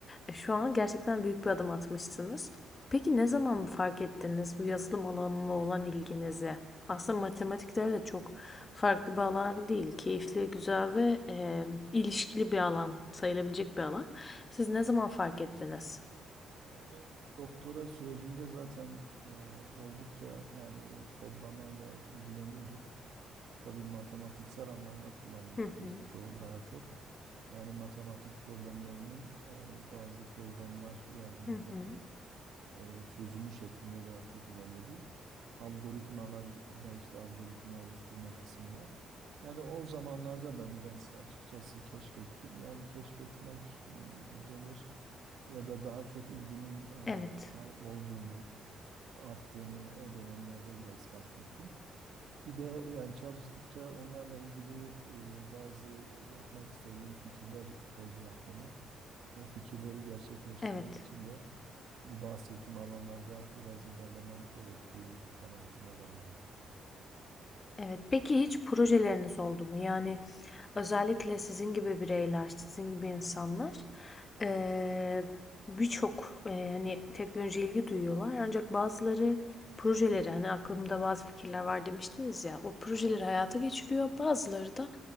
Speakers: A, on the left; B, on the right.
A: eee, şu an gerçekten büyük bir adım atmışsınız. Peki ne zaman fark ettiniz bu yazılım alanına olan ilginizi? Aslında matematikte evet çok farklı bir alan değil. Keyifli, güzel ve e, ilişkili bir alan sayılabilecek bir alan. Siz ne zaman fark ettiniz?
B: Yani ben doktora sürecinde zaten e, oldukça yani kodlamayla ilgileniyorduk. Tabii matematiksel anlamda kullanıyorduk
A: Hı
B: biz
A: hı,
B: çoğu daha çok. Yani matematik problemlerinin e, bazı programlar yardımıyla
A: hı hı.
B: e, çözümü şeklinde daha çok ilerledi. Algoritmalar da işte algoritma oluşturma kısmında. Yani o zamanlarda ben biraz açıkçası keşfettim. Yani keşfetmek m, denir ya da daha çok ilgimin e,
A: Evet,
B: ar- olduğunu, arttığını o dönemlerde biraz fark ettim. Bir de yani çalıştıkça onlarla ilgili e, bazı yapmak istediğim fikirler geldi aklıma. O fikirleri gerçekleştirmek
A: evet,
B: için de bu bahsettiğim alanlarda biraz ilerlemem gerektiği kanaatine vardım.
A: evet. Peki hiç projeleriniz oldu mu? Yani özellikle sizin gibi bireyler, sizin gibi insanlar e, birçok e, hani teknolojiye ilgi duyuyorlar. Ancak bazıları projeleri hani aklımda bazı fikirler var demiştiniz ya o projeleri hayata geçiriyor. Bazıları da